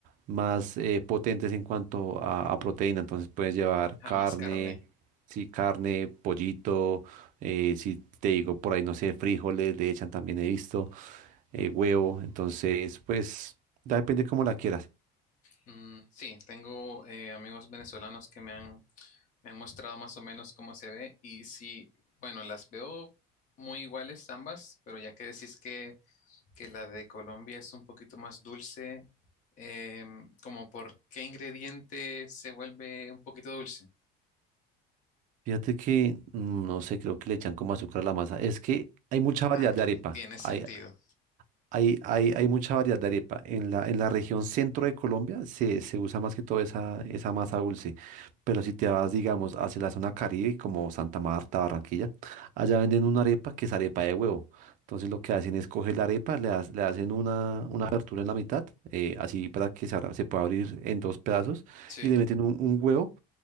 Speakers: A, on the right; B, on the left.
A: más eh, potentes en cuanto a, a proteína, entonces puedes llevar carne,
B: jamás carne.
A: sí, carne, pollito, eh, si te digo por ahí, no sé, frijoles, le echan también, he visto, eh, huevo, entonces pues ya depende cómo la quieras.
B: Mm, sí, tengo eh, amigos venezolanos que me han, me han mostrado más o menos cómo se ve y sí, bueno, las veo muy iguales ambas, pero ya que decís que, que la de Colombia es un poquito más dulce, em, como por qué ingrediente se vuelve un poquito dulce.
A: Fíjate que, mm, no sé, creo que le echan como azúcar a la masa, es que hay mucha variedad
B: Ah,
A: de arepa,
B: tiene
A: Hay,
B: sentido.
A: Hay, hay, hay mucha variedad de arepa. En la, en la región centro de Colombia se, se usa más que todo esa, esa masa dulce. Pero si te vas, digamos, hacia la zona Caribe, como Santa Marta, Barranquilla, allá venden una arepa que es arepa de huevo. Entonces lo que hacen es coger la arepa, le, ha- le hacen una, una abertura en la mitad, eh, así para que se, abra- se pueda abrir en dos pedazos,
B: Sí,
A: y le meten un, un huevo